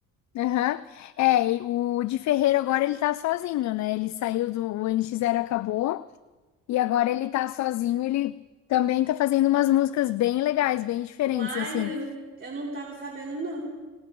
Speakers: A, on the left; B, on the right.
A: Aham. É, e o de Ferreiro agora ele tá sozinho, né? Ele saiu do o NX0 acabou e agora ele tá sozinho, ele também tá fazendo umas músicas bem legais, bem diferentes
B: Uai,
A: assim.
B: eu, não- eu não tava sabendo, não.